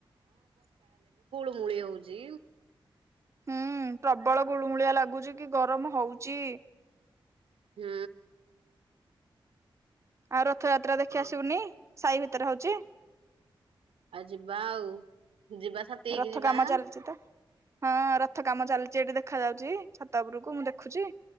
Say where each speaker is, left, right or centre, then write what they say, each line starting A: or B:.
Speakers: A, on the right; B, on the right.
A: ମୁୂଳି ହଉଛି।
B: ହୁଁ ପ୍ରବଳ ଗୁଳୁମୁଳିଆ ଲାଗୁଚ କି ଗରମ ହଉଚି
A: ହୁ।
B: ଆଉ ରଥଯାତ୍ରା ଦେଖିଆ
A: ହଁ
B: ଆସିବୁନି ସାହି ଭିତରେ ହଉଛି।
A: ଆଉ ଯିବା ଆଉ ଯିବା ସାଆତିହେଇକି
B: ରଥ
A: ଯିବା
B: କାମ
A: ଆ
B: ଚାଲିଛି ତ ହଁ ରଥ କାମ ଚାଲିଛି ଏଠି ଦେଖ ଯାଉଛି ଛାତ ଉପରକୁ ମୁଁ ଦେଖୁଛି।